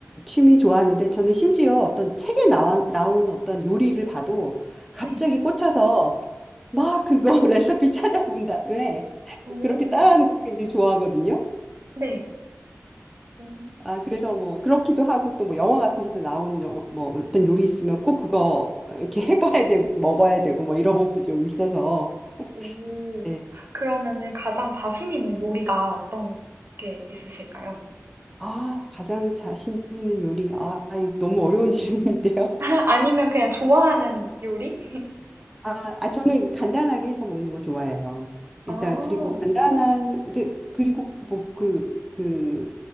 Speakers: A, in the centre; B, on the right.
A: 취미 좋아하는데 저는 심지어 어떤 책에 나와, 나온 어떤 요리를 봐도 갑자기
B: 네.
A: 꽂혀서 막 그거 <laughs> 레시피 찾아본 다음에
B: 오,
A: 그렇게 따라하는 것도 굉장히 좋아하거든요.
B: 네. 음.
A: 아, 그래서 뭐 그렇기도 하고 또 뭐 영화 같은 데서 나온 영화 뭐 어떤 요리 있으면 꼭 그거 이렇게 <laughs> 해봐야 되고 먹어야 되고 뭐 이런 것도 좀 있어서.
B: 오.
A: 네.
B: 그러면은 가장 자신 있는 요리가 어떤 게 있으실까요?
A: 아, 가장 자신 있는 요리. 아, 이 너무 어려운 <laughs> 질문인데요.
B: <laughs> 아니면 그냥 좋아하는 요리?
A: 아, 아, 저는 간단하게 해서 먹는 거 좋아해요. 일단
B: 어,
A: 그리고 간단한 그 그리고 뭐그그